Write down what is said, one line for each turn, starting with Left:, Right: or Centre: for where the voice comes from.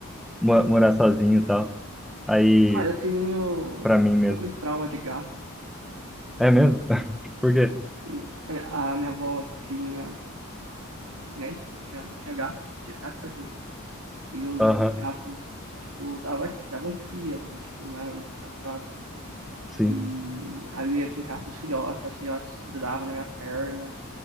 Centre: mo- morar sozinho e tal, aí,
Right: Ah, eu tenho
Centre: pra mim
Right: um
Centre: mesmo.
Right: pouco de trauma de gato.
Centre: É mesmo? <laughs> Por quê?
Right: E é, a minha avó tinha, né? tipo, Tinha, tinha gato, tinha gato e cachorro. E os
Centre: Aham,
Right: gatos, tipo, dava, davam cria, né? Tipo, não eram castrados.
Centre: sim.
Right: E aí eu ia brincar com os filhotes, os filhotes grudavam na minha perna,